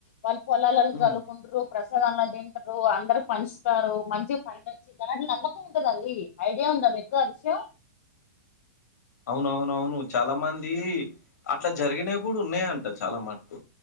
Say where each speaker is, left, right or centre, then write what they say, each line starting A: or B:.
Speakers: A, on the left; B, on the left.
A: వాళ్ళు పొలాలలో
B: హ్మ్.
A: చల్లుకుంటారు ప్రసాదాలు తింటారు అ అందరు పంచుతారు మంచిగా పండొచ్చిన తర్ అట్ నమ్మకం ఉంటదండి ఐడియా ఉందా మీకు ఆ విషయం
B: అవును అవును అవును చాలా మంది అట్లా జరిగినేయి కూడా ఉన్నాయంట చాలా మటు